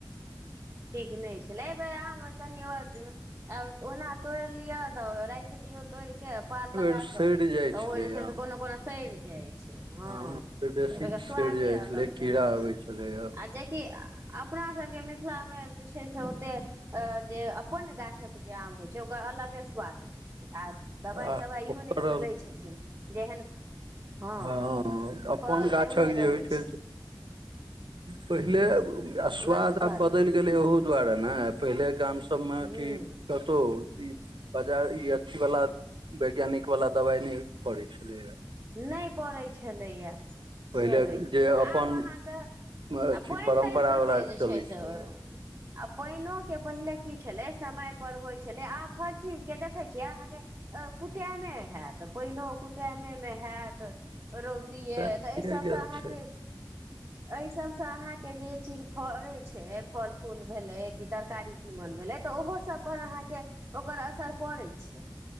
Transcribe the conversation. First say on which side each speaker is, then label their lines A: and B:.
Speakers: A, on the right (about 30°); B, on the right (about 85°).
A: ठीक नहि छलै एहि बेर आम अर कनी ओ आ ओना तोड़ि लियअ तऽ राखि दियऔ तोड़ि के पाल
B: एहि
A: लगा
B: बेर सड़ि
A: क
B: जाइ
A: तऽ
B: छलै
A: ओ जे छै
B: आम
A: से कोनो कोना सइड़ हाँ
B: आम बेसी
A: स्वादे
B: सड़ि जाइ
A: अलग
B: छलै
A: जेना
B: कीड़ा अबै छलैए
A: आ जेकि अप अपना सबके मिल मिथिला में जे छै से ओते अ जे अपन गाछक जे आम होय छै ओकर अलगे स्वाद रहे आ दबाइ
B: आ
A: तबाइ इहो
B: ओकर
A: नहि केओ दै छथिन जेहन हँ
B: हाँ अपन
A: फड़ल
B: गाछक
A: तेहने
B: जे
A: रहै
B: होइ छै पहिले आ स्वाद
A: अलग
B: आब बदलि
A: रहै छै
B: गेलै ओहु दुआरे ने पहिलेके गाम सबमे
A: हूँ
B: कि कतहु ई बाजार ई अथी वाला वैज्ञानिक वाला दवाई नहि पड़ै छलैया
A: नहि पड़ैत छलैए
B: पहिले
A: से होइ छलै
B: जे अपन
A: आब अहाँके
B: अथी
A: आ पाइन
B: परम्परा
A: ताइन कतै
B: वाला
A: जे
B: चलै
A: छै से
B: छलैए
A: ओ पाइनो के पहिले की छलै समय पर होइत छलै आब हर चीजके देखै छियै अहाँके कुटैमे हैतऽ पहिनोहो कुटेमे मे होयत रौदी
B: सएह
A: तऽ एहि सबसे
B: भए गेल
A: अहाँके
B: छै
A: एहि सबसे अहाँके जे चीज फड़े छै फल फूल भेले कि तरकारी तीमन भेलै तऽ ओहो सब पर अहाँके ओकर असर पड़ै छै